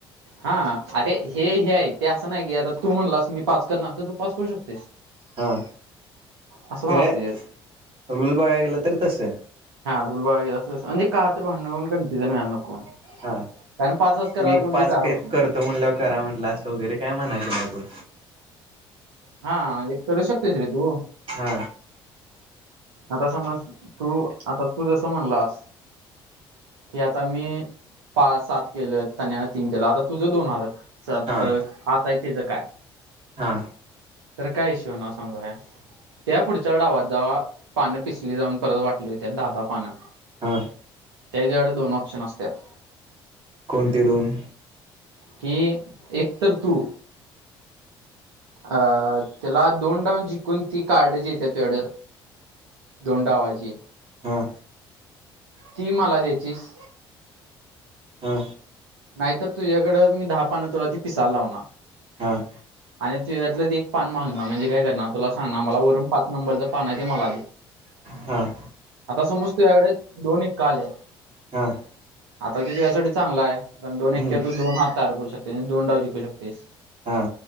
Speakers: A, on the right (about 80°); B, on the right (about 45°).
A: हा अरे हे हे आहे ते असं नाही की आता तू म्हणलस मी पास करणार तर तू पास करू शकतो
B: हा
A: असं
B: खरे
A: पण असते
B: रुल बघाय गेला तरी तस
A: रूल बघा गेलास तसं म्हजे का तर भांडण बघून कन्फ्युजन व्हायला नको
B: हां
A: कारण पाच हात करायला
B: मी
A: कोण
B: पाच
A: बी तयार
B: काही
A: होत नाही
B: करतो म्हणलं करा म्हटलं असं वगैरे काय म्हणायचं नाय कोन
A: हा एक करू शकतेस रे तू
B: हा
A: आता समज तू आता तू जस म्हणलास कि आता मी पा सात केलं त्यांण्याना तीन केलं आता तुझ दोन आले स आताय
B: हा
A: त्याचं काय.
B: हा.
A: तर काय इशू ना सांगूय त्या पुढच्या डावात जेव्हा पानं पिसली जाऊन परत वाटली होत्या दहा दहा पानं.
B: हा.
A: त्याचा कडे दोन ऑप्शन असतात
B: कोणते दोन.
A: कि एक तरर तू. अ त्याला दोन ाऊन जंकून ती कार्डच येते तढ धोडावाजी
B: हा
A: ती मला द्यायचीस
B: हा.
A: नाहीतर तुझ्याकडं मी दहा पान तुला त पिसायला लावनार.
B: ह
A: आणि तुझ्यातलं एक पान मागणार म्हणजे काय करणार तुला सांगणार मला वरून पाच नंबरचं पान आहे ते मला दे
B: हम
A: आता समज तुजाकडे दोन एकका आले आहेत
B: हा
A: आता ते तुजसाठी चांगल आहे कारण दोन
B: हम्म
A: एक कि तू दोन हात तयार करू शकतेसआणि दोन डाव जिकू शकतेस
B: हा